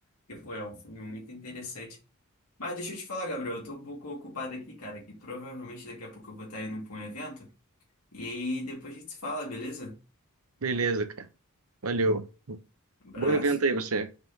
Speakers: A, on the left (about 85°); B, on the right (about 70°).
A: porque, pô, é um filme muito interessante. Mas deixa eu te falar, Gabriel, eu tô um pouco ocupado aqui, cara, que provavelmente daqui a pouco eu vou estar indo pra um evento, e aí depois a gente se fala, beleza?
B: Beleza, cara. Valeu.
A: Abraço.
B: Bom evento aí, você.